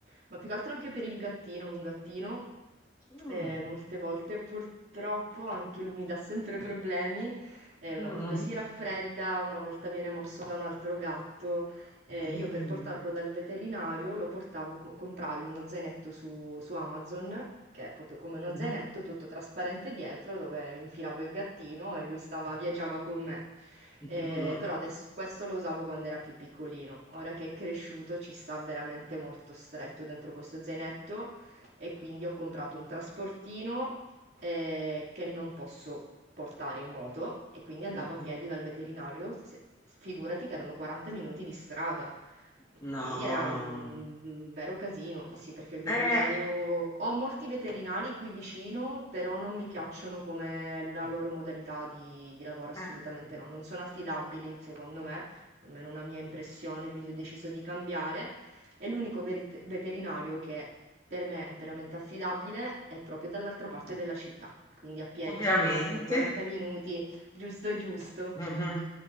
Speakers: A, on the right; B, on the left.
A: ma più che altro anche per il gattino, un gattino
B: Mm,
A: eh, molte volte purtroppo anche lui mi dà sempre problemi, eh, una
B: mm,
A: volta si raffredda, una volta viene morso da un altro gatto, eh,
B: mm,
A: io per portarlo dal veterinario lo portavo, co- comprai uno zainetto su, su Amazon, che è proprio come uno
B: mhm,
A: zainetto tutto trasparente dietro, dove infilavo il gattino e lui stava, viaggiava con me.
B: mhm,
A: Eh, però adesso, questo lo usavo quando era più piccolino. Ora che è cresciuto ci sta veramente molto stretto dentro questo zainetto e quindi ho comprato un trasportino eh, che non posso portare in moto e quindi andavo
B: eh,
A: a piedi dal veterinario, se- figurati che erano 40 minuti di strada.
B: No.
A: Quindi era un vero casino, sì, perché il veterinario...
B: Eh,
A: Ho molti veterinari qui vicino, però non mi piacciono come la loro modalità di, di lavoro, assolutamente
B: eh,
A: no. Non sono affidabili, secondo me, almeno una mia impressione, quindi ho deciso di cambiare. E l'unico verit- veterinario che per me è veramente affidabile è proprio dall'altra parte della città, quindi a piedi
B: ovviamente.
A: sono almeno 40 minuti, giusto giusto.
B: Mhm.